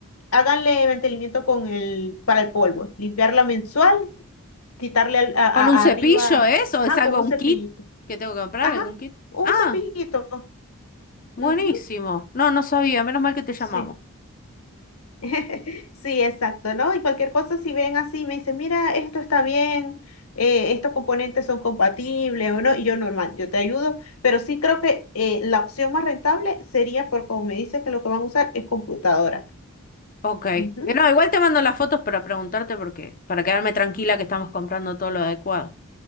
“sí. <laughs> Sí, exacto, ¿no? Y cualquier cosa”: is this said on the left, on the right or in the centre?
Left